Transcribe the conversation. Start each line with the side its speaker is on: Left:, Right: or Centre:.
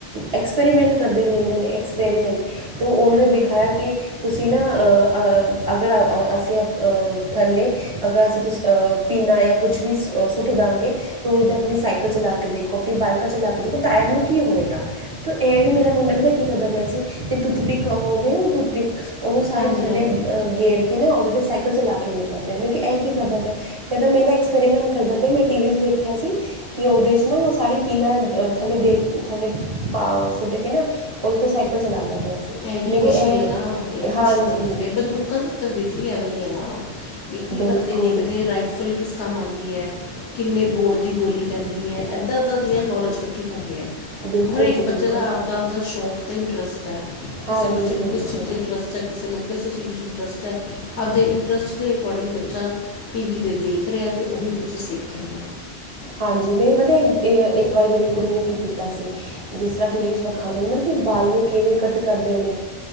Right: ਐਕਸਪੈਰੀਮੈਂਟ ਕਰਦੇ ਰੈਦੇ ਨੇ ਐਕਸਪੈਰੀਮੈਂਟ। ਤੋਂ ਉਨਾਂ ਨੇ
Left: ਹਾਂਜੀ
Right: ਵਿਖਾਇਆ ਕਿ ਤੁਸੀਂ ਨਾ ਅ ਅ ਅਗਰ ਅ ਅ ਅਸੀ ਅ ਥੱਲੇ ਅਗਰ ਅਸੀ ਤੁਸੀ ਅ ਪੀਣਾ ਜਾਂ ਕੁਛ ਵੀ ਸੁ ਸੁੱਟ ਦਾਂਗੇ ਤੇ ਓਦੇ ਤੇ ਆਪਣੀ ਸਾਈਕਲ ਚਲਾ ਕੇ ਦੇਖ ਆਪਣੀ ਬਾਈਕਾਂ ਚਲਾ ਕੇ ਦੇਖੋ ਟਾਇਰ ਨੂੰ ਕੀ ਹੋਏਗਾ। ਤੋਂ ਐ ਵੀ ਮੇਰਾ ਮੁੰਡਾ ਪਤਾ ਕੀ ਕਰਦਾ ਪਿਆ ਸੀ ਟੂਥ ਪਿਕ ਹੁੰਦੀ ਐ ਨਾ ਟੂਥ ਪਿਕ ਓਨੂੰ ਸਾਰੀ
Left: ਹਾਂਜੀ
Right: ਥੱਲੇ
Left: ਹਾਂਜੀ
Right: ਗੇਰ ਕੇ ਨਾ ਓਦੇ ਤੇ ਸਾਈਕਲ ਚਲਾ ਕੇ ਵੇਖਦਾ ਪਿਆ ਮੈਂ ਕੇਆ ਐ ਕੀ ਕਰਦਾ ਪਿਆ। ਕੈਂਦਾ ਮੈਂ ਏਦਾ ਐਕਸਪੈਰੀਮੈਂਟ ਕਰਦਾ ਪਿਆ ਮੈਂ ਟੀ ਵੀ ਚ ਵੇਖਿਆ ਸੀ। ਕਿ ਓਦੇ ਚ ਨਾ ਉਹ ਸਾਰੀ ਪੀਨਾ ਥੱਲੇ ਡੇ ਥੱਲੇ ਪਾ ਸੁੱਟ ਕੇ ਨਾ। ਓਦੇ ਤੋਂ ਸਾਈਕਲ ਚਲਾਂਦਾ ਪਿਆ ਸੀ।
Left: ਐਹੀ
Right: ਮੈਂ
Left: ਖੁਸ਼ੀ
Right: ਕਿ ਇਹ
Left: ਐ ਨਾ, ਐਹੀ
Right: ਹਾਂਜੀ
Left: ਖੁਸ਼ੀ ਕਰਦੇ ਪਏ ਬੰਦੂਕਾਂ ਦਾ ਤਰ ਦੀਦੀ ਐਵੇਂ ਈ ਆ ਨਾ। ਐ ਕੀ
Right: ਬਿਲਕੁਲ
Left: ਕਰਦੇ ਦੇਖਦੇ ਰਾਈਫਲ ਕਿਸ ਕੰਮ ਆਂਦੀ ਐ। ਕਿੰਨੇ ਬੋਰਡ ਦੀ ਗੋਲੀ ਪੈਂਦੀ ਐ। ਏਦਾਂ ਏਦਾਂ ਦੀਆਂ ਨੌਲੇਜ ਇਕੱਠੀ ਕਰ ਰੇਐ।
Right: ਬਿਲਕੁਲ
Left: ਹਰੇ ਇੱਕ
Right: ਜੀ ਬਿਲਕੁਲ
Left: ਬੱਚੇ ਦਾ ਆਪਦਾ-ਆਪਦਾ ਸ਼ੌਂਕ ਅਤੇ ਇੰਟਰਸਟ ਐ। ਕਿਸੇ
Right: ਹਾਂਜੀ
Left: ਬੱਚੇ
Right: ਬਿਲਕੁਲ
Left: ਨੂੰ ਕਿਸ ਚੀਜ਼ ਚ ਇੰਟਰਸ ਬੱਚਾ ਕਿਸੇ ਨੂੰ ਕਿਸ ਚੀਜ਼ 'ਚ ਇੰਟਰਸਟ ਹੈ ਆਪਦੇ ਇੰਟਰਸਟ ਦੇ ਅਕੋਰਡਿੰਗ ਬੱਚਾ ਟੀ ਵੀ ਤੇ ਦੇਖ ਰੇਆ ਤੇ ਓਹੀ ਕੁਛ ਸਿੱਖ ਰੇਆ
Right: ਹਾਂਜੀ ਮੇਰੀ ਪਤਾ ਇੱਕ ਵਾਰੀ ਮੇਰੀ ਕੁੜੀ ਨੇ ਕੀ ਕੀਤਾ ਸੀ ਜਿਸ ਤਰ੍ਹਾਂ ਟੀਵੀ ਚ ਵਖਾਂਦੇ ਨੇ ਨਾ ਕਿ ਬਾਲ ਨੂੰ ਕਿਵੇਂ ਕੱਟ ਕਰਦੇ ਨੇ